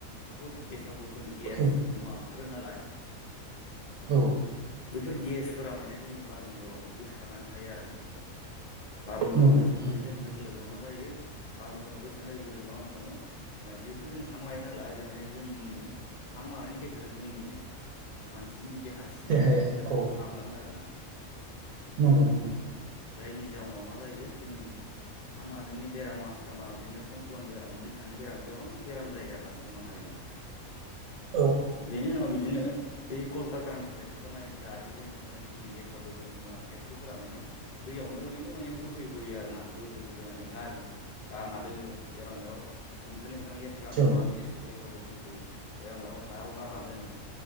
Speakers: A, on the left (about 65°); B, on the right (about 70°).
A: बुहुद गेसाव गेसाव गोफोन गुफुन गेस
B: औ
A: मुवा ओंखारो नालाय
B: औ
A: बेफोर गेस फोरा माने जोंनि बारमन्दलावनो गोसारनानै थायो आरोना बारमन्दलाव
B: नंगौ
A: गोसारनाय
B: नंगौ थारैनो
A: लोगो लोगो मा जायो बारमन्दाराव गोसारनाय लोगो लोगो जों मा-मा खालामो जिहेथु जों हां लायो नालाय बे माननो जोंनि हां लानायनि गेजेरजों जोंनि मानसिनि देहा सिङाव
B: देहाया
A: माने सोलेर
B: औ
A: सिङाव हाबलाङो आरोना
B: नंगौ नंगौ
A: औ जायनि जाउनाव मा जायो जोंनि हां लानायनि बेराम आस्थामा बिदिनो समफ्लनि बेराम बिखानि बेराम गोबां बेराम जायो आरोना सुबुं माहारिनाव
B: औ
A: बेनि उनाव बिदिनो
B: औ
A: बिदिनो कलकारखानानिफ्राय ओंखारनाय जि दारिनिफ्राय ओंखारनाय जिखिनि गेसाव गोफोन मुवा खायसे फोर माने दैयावनो ओरैनो माने बोहैहोयो आरोना बोहैहयो गारनो गारना दोनो जेराव मेराव बिनिफ्राय बेखायनो लेथ्रा
B: जौ
A: मुवा गेसफोर गेसाव गोफोनखौ जेराव मेराव हायाव गारना दोनो